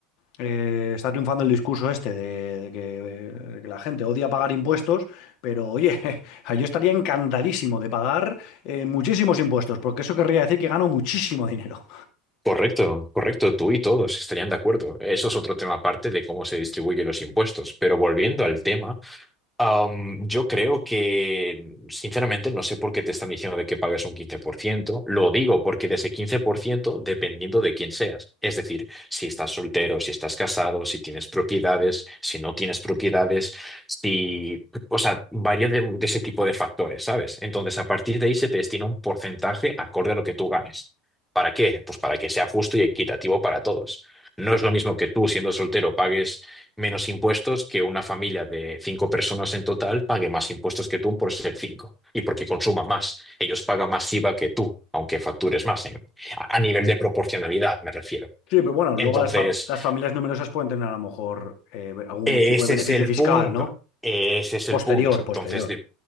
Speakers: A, on the left; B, in the centre.
A: eh, está triunfando el discurso este de, de que, de que la gente odia pagar impuestos, pero oye, <laughs> yo estaría encantadísimo de pagar eh, muchísimos impuestos, porque eso querría decir que gano muchísimo dinero.
B: correcto, correcto, tú y todos estarían de acuerdo. Eso es otro tema aparte de cómo se distribuyen los impuestos. Pero volviendo al tema. Am, yo creo que, sinceramente, no sé por qué te están diciendo de que pagues un 15%. Lo digo porque de ese 15%, dependiendo de quién seas, es decir, si estás soltero, si estás casado, si tienes propiedades, si no tienes propiedades, si, o sea, varía de, de ese tipo de factores, ¿sabes? Entonces, a partir de ahí se te destina un porcentaje acorde a lo que tú ganes. ¿Para qué? Pues para que sea justo y equitativo para todos. No es lo mismo que tú, siendo soltero, pagues menos impuestos que una familia de cinco personas en total pague más impuestos que tú por ser cinco y porque consuma más. Ellos pagan más IVA que tú, aunque factures más en- a a nivel de proporcionalidad, me refiero.
A: Sí, pero bueno, luego
B: Entonces,
A: las, fam- las familias numerosas pueden tener a lo mejor eh, algún
B: ese
A: tipo de beneficio
B: es el
A: fiscal,
B: punto,
A: ¿no?
B: ese es
A: Posterior,
B: el punto.
A: posterior.
B: Entonces, de-